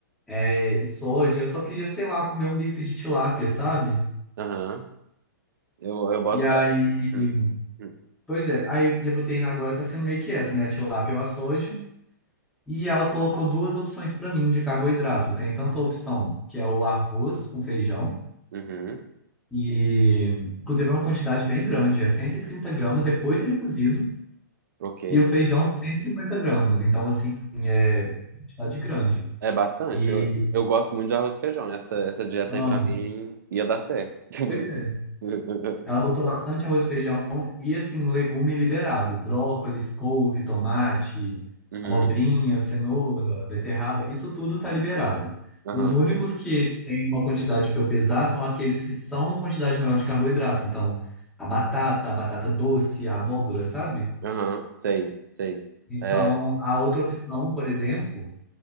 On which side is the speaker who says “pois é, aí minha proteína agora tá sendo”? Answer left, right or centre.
Centre